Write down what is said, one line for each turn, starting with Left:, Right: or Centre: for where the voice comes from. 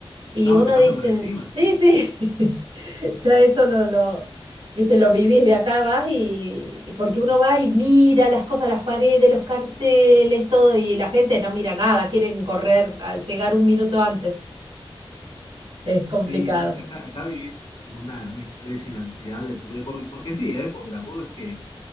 Right: Y
Left: No,
Right: uno
Left: te pasan
Right: dice,
Left: por encima, sí.
Right: sí, sí, <laughs> ya eso lo, lo, viste, lo vivís de acá, vas y, y porque uno va y mira las cosas, las paredes, los carteles, todo, y la gente no mira nada, quieren correr, a llegar un minuto antes. Es complicado.
Left: Sí, no, acá, acá- acá vivís una, un estrés y una ansiedad, de- porque, porque- porque sí, ¿eh? Porque tampoco es que